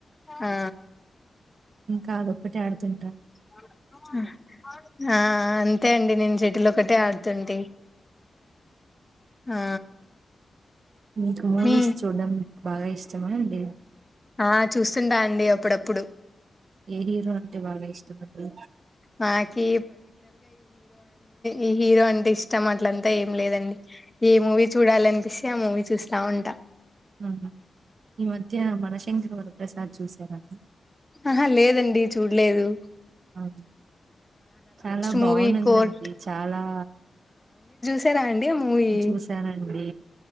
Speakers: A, on the left (about 20°); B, on the right (about 75°).
A: ఆ
B: కాదు ఒక్కటె ఆడుతున్.
A: <unintelligible> అ ఆ అంతే అండి నేన్ షెటిలొక్కటే ఆడ్తుంటి. ఆ
B: నీక్ మూవీస్
A: మీ
B: చూడ్డం బాగా ఇష్. చ్చమా అండి.
A: ఆ చూస్తుంటా అండి అప్పుడప్పుడు.
B: ఏ హీరో అంటె బాగా ఇష్టమండి.
A: నాకి ఏ హీరో అంటే ఇష్టం అట్లంతా లేదండి ఏ మూవీ చూడాలన్పిస్ <unintelligible> అ మూవి చూస్తా ఉంట.
B: అహ ఈ మధ్య మనశంకరవర ప్రసాద్ చూసారా.
A: అహ లేదండి చూడ్లేదు.
B: ఔను చాలా బాగునుందండి
A: మూవీ కోర్ట్
B: చాలా.
A: తర అండ్ దే మూయి
B: చూసానండి